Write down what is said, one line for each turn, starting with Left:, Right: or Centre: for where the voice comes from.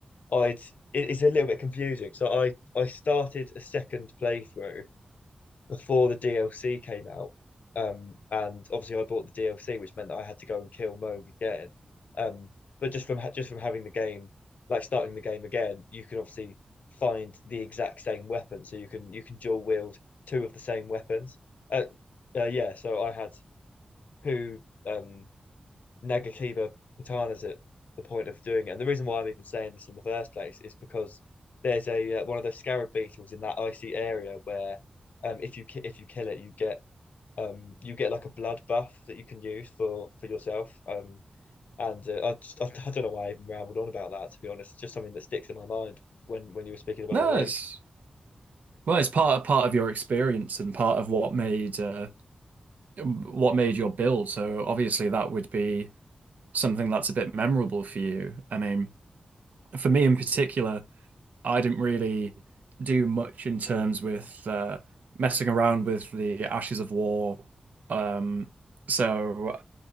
Left: I'd it, it's a little bit confusing. So I I started a second playthrough before the DLC came out. Um, and obviously I bought the DLC, which meant that I had to go and kill Moog again. Um, but just from just from having the game, like starting the game again, you can obviously find the exact same weapon, so you can you can dual wield two of the same weapons. Uh, uh yeah, so I had two um Nagakiba Patana's at the point of doing it. And the reason why I'm even saying this in the first place is because there's a uh, one of those scarab beetles in that icy area where um if you ki- if you kill it you get um you get like a blood buff that you can use for for yourself um and uh, I, just, <laughs> I I don't know why I even rambled on about that to be honest it's just something that sticks in my mind when when you were speaking about
Right: No,
Left: the lake
Right: it's well, it's part part of your experience and part of what made uh, what made your build. So obviously that would be something that's a bit memorable for you. I mean, for me in particular, I didn't really do much in terms with uh, messing around with the Ashes of War. Um, so